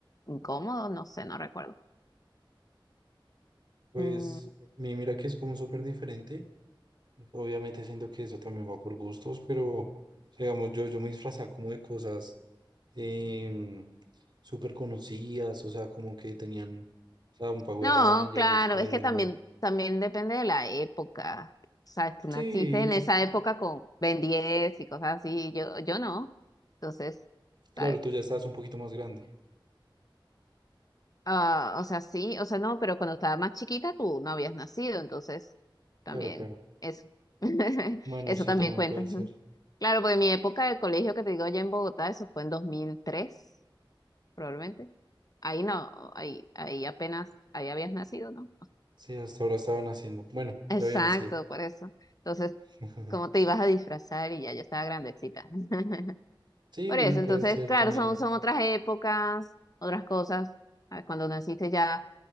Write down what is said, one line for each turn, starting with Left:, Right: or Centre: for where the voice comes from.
Left: incómodo, no sé, no recuerdo.
Right: Pues
Left: Mm,
Right: mi- mira que es como súper diferente. Obviamente siento que eso también va por gustos, pero digamos, yo, yo me disfrazaba como de cosas em, súper conocidas, o sea, como que tenían, o sea, un Power
Left: no,
Right: Ranger,
Left: claro,
Right: Spider-Man.
Left: es que también, también depende de la época. Sabes, tú
Right: Sí,
Left: naciste en esa época con Ben 10 y cosas así. Yo, yo no. Entonces,
Right: Claro,
Left: ¿sabes?
Right: tú ya estabas un poquito más grande.
Left: Ah, o sea, sí, o sea, no, pero cuando estaba más chiquita tú no habías nacido, entonces también
Right: Claro, claro.
Left: eso. <laughs>
Right: Bueno,
Left: Eso
Right: sí,
Left: también
Right: también
Left: cuenta.
Right: puede
Left: ujú.
Right: ser.
Left: Claro, porque mi época de colegio que te digo allá en Bogotá, eso fue en 2003 probablemente. Ahí no, ahí, ahí apenas, ahí habías nacido, ¿no?
Right: Sí, hasta ahora estaban haciendo. Bueno,
Left: Exacto,
Right: ya había nacido.
Left: por eso. Entonces,
Right: <laughs>
Left: ¿cómo te ibas a disfrazar? Y ya yo estaba grandecita. <laughs>
Right: Sí,
Left: Por
Right: bueno,
Left: eso,
Right: puede
Left: entonces,
Right: ser
Left: claro,
Right: también.
Left: son, son otras épocas, otras cosas. Ah, Cuando naciste ya